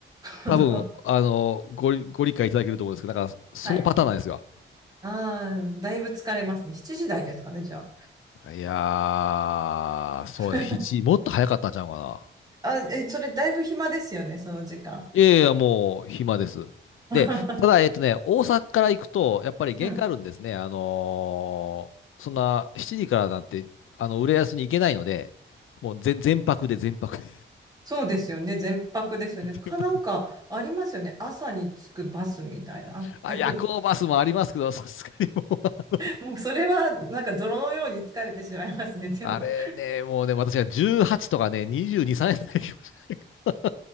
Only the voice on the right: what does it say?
なるほど。
はい。ああ、だいぶ疲れますね。7時台ですかね、じゃあ。
<laughs>
あ、え、それだいぶ暇ですよね、その時間。
<laughs>
うん
そうですよね。全泊ですよね。
か、
なんか、ありますよね。朝に着くバスみたいな。あ、
えっと、
もうそれは、なんか泥のように疲れてしまいますね。
でも、